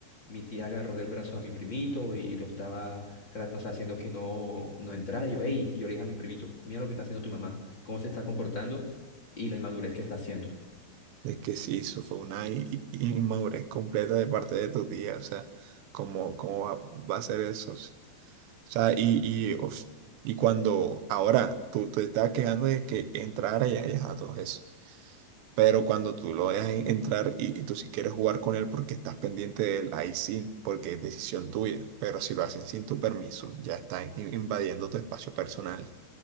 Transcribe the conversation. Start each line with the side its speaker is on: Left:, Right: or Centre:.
Left: mi tía agarró del brazo a mi primito y lo estaba tra- o sea, haciendo que no, no entrara. Y yo, hey, yo le dije a mi primito, mira lo que está haciendo tu mamá, cómo se está comportando y la inmadurez que está haciendo.
Right: Es que sí, eso fue una i- i- inmadurez completa de parte de tu tía, o sea, ¿cómo, cómo va, va a ser eso? O sea, y, y, uf, y cuando ahora tú te estás quejando de que entrara y, y ajá, todo eso, pero cuando tú lo dejas en- entrar y, y tú si quieres jugar con él porque estás pendiente de él, ahí sí, porque es decisión tuya, pero si lo hacen sin tu permiso, ya están in- invadiendo tu espacio personal,